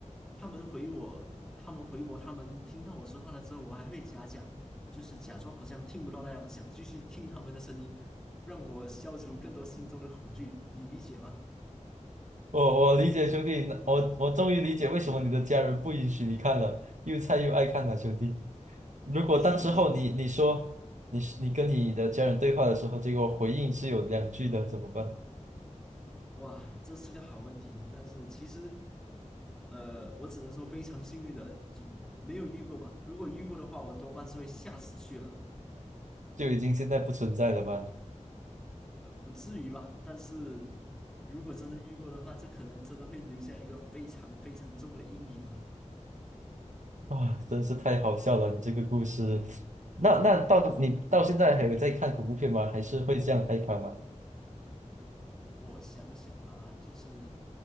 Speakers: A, in the centre; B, on the right.
A: 他们回我，他们回我，他们听到我说话了之后，我还会假假，就是假装好像听不到那样，想继续听他们的声音，让我消除更多心中的恐惧，你理解吗？
B: 我我理解兄弟，我我终于理解为什么你的家人不允许你看了，又菜又爱看了兄弟。如果当时候你你说你你跟你的家人对话的时候，
A: 是是是，
B: 结果回应是有两句的，怎么办？
A: 哇，这是个好问题，但是其实，呃，我只能说非常幸运的，就是没有遇过吧。如果遇过的话，我多半是会吓死去了。
B: 就已经现在不存在了吧你？
A: 呃，不至于吧？但是如果真的遇过的话，这可能真的会留下一个非常非常重的阴影啊！
B: 啊，真是太好笑了，你这个故事。那那到你到现在还有在看恐怖片吗？还是会这样害怕吗？
A: 我想想哈，就是